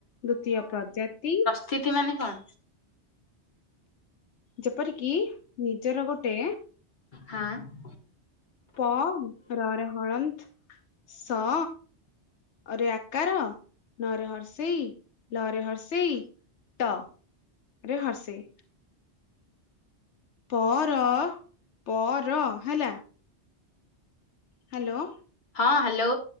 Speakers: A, on the left; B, on the left.
A: ଦୁତୀୟ ପ୍ରଜାତି
B: ସ୍ଥିତି ମାନେ କଣ?
A: ଯେପରିକି ନିଜର ଗୋଟେ
B: ହାଁ
A: ପ ରରେ ହଣନ୍ତ ସ ଅରେ ଆକାର ନରେ ହର୍ସେଇ ଲରେ ହର୍ସେଇ ଟ ରେ ହର୍ସେଇ ପ ର ପ ର ହେଲା ହାଲୋ।
B: ହଁ ହାଲୋ।